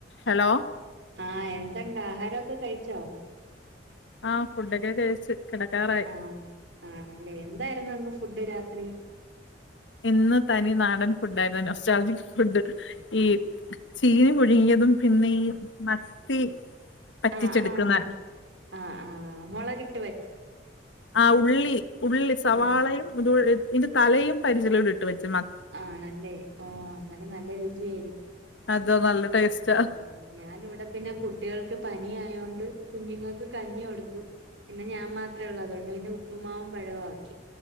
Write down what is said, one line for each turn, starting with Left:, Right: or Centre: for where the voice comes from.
Left: Hello
Right: ആഹ് എന്തണ്ട് ആഹാരൊക്കെ കഴിച്ചോ
Left: ആഹ് ഫുഡൊക്കെ കഴിച്ചു കെടക്കാറായി
Right: ആഹ് ആണല്ലേ എന്തായിരുന്നു ഇന്ന് ഫുഡ് രാത്രി
Left: ഇന്ന് തനി നാടൻ ഫുഡാരുന്നു നൊസ്റ്റാൽജി ഫുഡ് ഈ ചീനി പുഴുങ്ങിയതും പിന്നെ ഈ മത്തി പറ്റിച്ചെടുക്കുന്ന
Right: ആഹ് ആഹ് ആഹ് ആഹ് മൊളകിട്ട
Left: ആഹ് ഉള്ളി ഉള്ളി സവാളയും
Right: ആഹ്
Left: ഇന്റെ തലയും പരിചിലൂടെ ഇട്ട് വെച്ച് മ
Right: ആണല്ലെ ഓഹ് അന്നേരം നല്ല രുചിയായിരിക്കും
Left: അത് നല്ല ടേസ്റ്റാ
Right: ഉം ഞാനിവിടെ പിന്നെ കുട്ടികൾക്ക് പനി ആയോണ്ട് കുഞ്ഞുങ്ങക്ക് കഞ്ഞി കൊടുത്തു പിന്നെ ഞാൻ മാത്രേ ഒള്ള് അതോണ്ട് പിന്നെ ഉപ്പുമാവും പഴോം ആക്കി